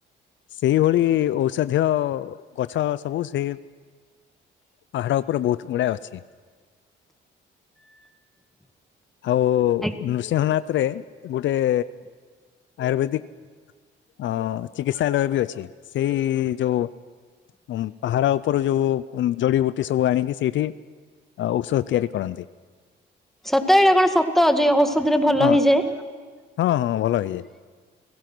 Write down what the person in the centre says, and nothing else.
ଆଜ୍ଞା
ସତ ଏଇଟା କଣ ସତ? ଯେ ଔଷଧରେ ଭଲ
ହେଇଯାଏ।